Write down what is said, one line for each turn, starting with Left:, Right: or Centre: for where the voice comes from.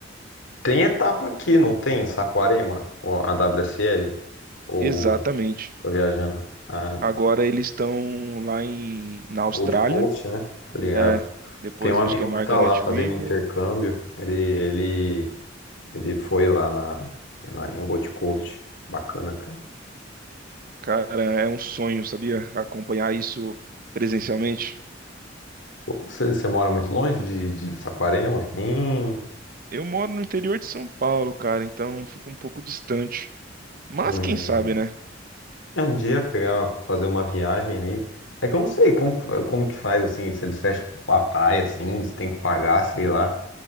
Left: Tem etapa aqui, não tem? em Saquarema, ou a WSL, ou
Right: Exatamente.
Left: tô viajando, a
Right: Agora eles estão lá em, na Austrália.
Left: Gold Coast, né? Tá ligado?
Right: É, depois
Left: Tem um amigo
Right: acho que é Margaret
Left: que tá lá fazendo
Right: River.
Left: intercâmbio, ele, ele, ele foi lá na, na- em Gold Coast. Bacana, cara.
Right: Cara, é um sonho, sabia? Acompanhar isso presencialmente.
Left: Pô, Você você mora muito longe de, de Saquarema, assim?
Right: Eu moro no interior de São Paulo, cara, então fica um pouco distante. Mas
Left: Hum.
Right: quem sabe, né?
Left: É um dia pegar, fazer uma viagem aí. É que eu não sei como, como que faz, assim, se eles fecham a praia, assim, se tem que pagar, sei lá.